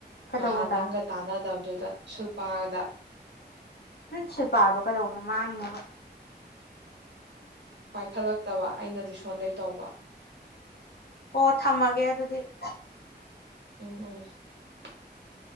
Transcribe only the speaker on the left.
ꯀꯩꯗꯧꯕꯗ
ꯁꯤꯠ ꯄꯥꯗꯣ ꯀꯩꯗꯧꯕꯅꯣ ꯃꯥꯡꯉꯤꯕ
ꯑꯣ ꯊꯝꯃꯒꯦ ꯑꯗꯨꯗꯤ <unintelligible>